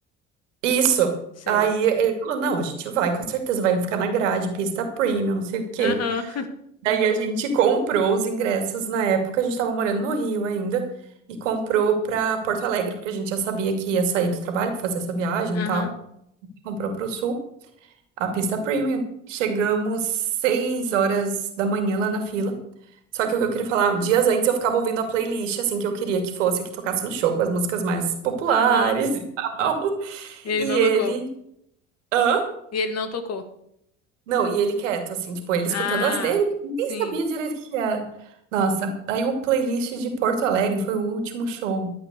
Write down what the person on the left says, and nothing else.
Sei.
Aham.
<laughs> Aham.
Aham.
E Ele
não
tocou.
E ele não tocou.
Ah,
sim.